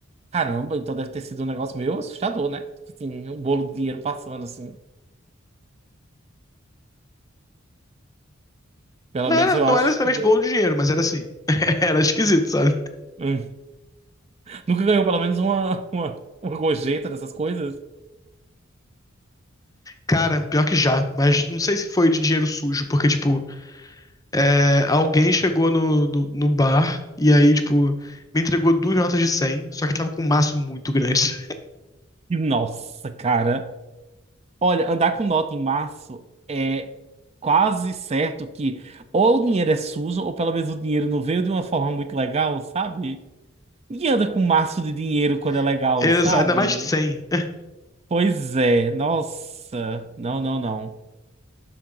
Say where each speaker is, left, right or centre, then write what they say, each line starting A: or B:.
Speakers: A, on the right; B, on the left.
A: Caramba, então deve ter sido um negócio meio assustador, né? Tipo Assim, um bolo de dinheiro passando assim. Pelo
B: Não
A: menos
B: era,
A: eu
B: não
A: acho
B: era exatamente
A: que deu.
B: bolo de dinheiro, mas era assim. <laughs> Era esquisito, sabe?
A: Hum. Nunca ganhou pelo menos uma, uma, uma gorjeta dessas coisas?
B: Cara, pior que já, mas não sei se foi de dinheiro sujo, porque, tipo, é, alguém chegou no, no, no bar e aí, tipo, me entregou duas notas de 100 só que tava com um maço muito grande.
A: E, Nossa, cara. Olha, andar com nota em março é quase certo que ou o dinheiro é sujo, ou pelo menos o dinheiro não veio de uma forma muito legal, sabe? Ninguém anda com maço de dinheiro quando é legal,
B: <laughs> Exa-
A: sabe?
B: ainda mais de 100.
A: Pois é, nossa. Não, não, não.